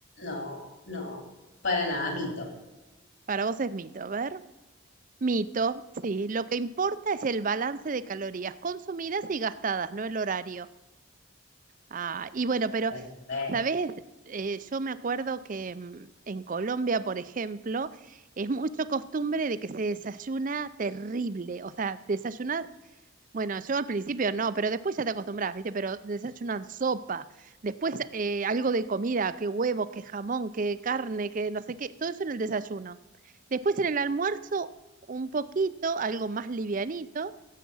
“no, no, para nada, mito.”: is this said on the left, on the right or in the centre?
Left